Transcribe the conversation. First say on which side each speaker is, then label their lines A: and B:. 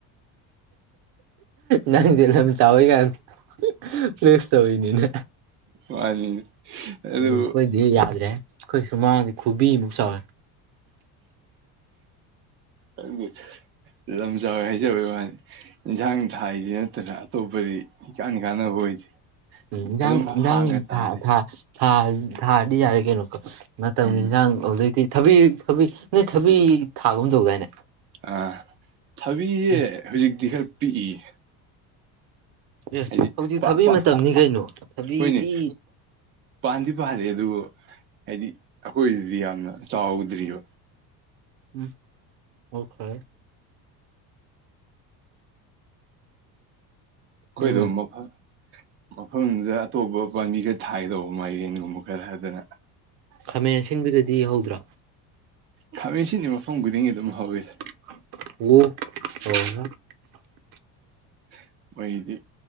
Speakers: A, on the right; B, on the right.
A: ꯅꯪꯗꯤ ꯂꯝ ꯆꯥꯎꯏ ꯀꯥꯏꯅ ꯐ꯭ꯂꯦꯛꯁ ꯇꯧꯔꯤꯅꯤꯅꯦ
B: ꯋꯥꯅꯤ ꯑꯗꯨ
A: ꯑꯈꯣꯏꯗꯤ ꯌꯥꯗ꯭ꯔꯦ ꯑꯩꯈꯣꯏ ꯁꯨꯃꯥꯡ ꯈꯨꯨꯕꯤ ꯃꯨꯛ ꯆꯥꯎꯋꯦ
B: ꯑꯗꯨ ꯂꯝꯆꯥꯎ ꯍꯥꯏꯖꯕꯩ ꯋꯥꯅꯤ ꯏꯟꯁꯥꯡ ꯊꯥꯏꯁꯤ ꯅꯠꯇꯅ ꯑꯇꯣꯞꯄꯗꯤ ꯏꯀꯥꯟ ꯀꯥꯟꯅꯕ ꯑꯣꯏꯗꯦ
A: ꯎꯝ ꯏꯟꯖꯥꯡ
B: ꯑꯗꯨꯝ
A: ꯏꯟꯖꯥꯡ
B: ꯍꯥꯡꯉ ꯇꯥꯜꯂꯤ
A: ꯊꯥ ꯊꯥ ꯊꯥ ꯊꯥꯔ ꯗꯤꯌꯥꯔꯦ ꯀꯩꯅꯣ ꯀꯛ ꯃꯇꯝꯒꯤ
B: ꯎꯝ
A: ꯏꯟꯖꯥꯡ ꯑꯗꯨꯗꯩꯗꯤ ꯊꯕꯤ ꯊꯕꯤ ꯅꯣꯏ ꯊꯕꯤ ꯊꯥꯒꯨꯝ ꯇꯧꯗꯥꯏꯅꯦ
B: ꯑ ꯊꯕꯤꯁꯦ
A: ꯎꯝ
B: ꯍꯧꯖꯤꯛꯇꯤ ꯈꯔ ꯄꯤꯛꯏꯌꯦ
A: ꯑꯦ
B: ꯍꯥꯏꯗꯤ
A: ꯍꯧꯖꯤꯛ
B: ꯄꯥꯛ
A: ꯊꯕꯤ
B: ꯄꯥꯛ
A: ꯃꯇꯝꯅꯤ ꯀꯩꯅꯣ ꯊꯕꯤꯗꯤ
B: ꯍꯣꯏꯅꯦ ꯄꯥꯟꯗꯤ ꯄꯥꯜꯂꯤ ꯑꯗꯨꯕꯨ ꯍꯥꯏꯗꯤ ꯑꯩꯈꯣꯏꯗꯗꯤ ꯌꯥꯝꯅ ꯆꯥꯎꯗ꯭ꯔꯤꯌꯦꯕꯥ
A: ꯎꯝ ꯑꯣꯈꯦ
B: ꯈꯣꯏꯗꯣ
A: ꯎꯝ
B: ꯃꯐꯝ ꯃꯐꯝꯗꯨꯗ ꯑꯇꯣꯞꯄ ꯄꯥꯝꯕꯤ ꯈꯔ ꯊꯥꯒꯗꯧꯕ ꯃꯥꯏꯔꯟꯒꯨꯝꯕ ꯈꯔ ꯍꯥꯏꯗꯅ
A: ꯈꯥꯃꯦꯟ ꯑꯁꯤꯟꯕꯗꯗꯤ ꯏꯍꯧꯗ꯭ꯔꯥ
B: ꯈꯥꯃꯦꯟ ꯑꯁꯤꯟꯁꯤ ꯃꯐꯝ ꯈꯨꯗꯤꯡꯒꯤ ꯑꯗꯨꯝ ꯍꯧꯢꯗ
A: ꯎꯝ ꯎꯃ ꯍꯨꯝ
B: <inaudible> ꯃꯣꯏꯗꯤ